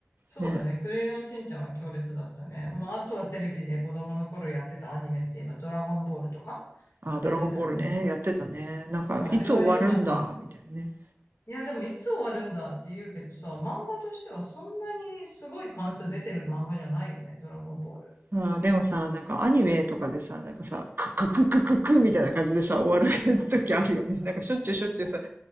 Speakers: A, on the left; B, on the right.
A: そうだね。
B: ね。
A: クレヨンしんちゃんは強烈だったね。まああとはテレビで子供の頃やってたアニメって言えばドラゴンボールとか
B: あ、ドラゴンボールね、
A: やってたよね。
B: やってたね。なんか、
A: まああれは今でも。
B: いつ終わるんだ、みたいなね。
A: いやでもいつ終わるんだって言うけどさ、漫画としてはそんなにすごい関数出てる漫画じゃないよね、ドラゴンボール。
B: うん、でもさ、なんかアニメとかでさ、なんかさ、ククククククみたいな感じでさ、終わる時あるよね。なんかしょっちゅうしょっちゅうさ、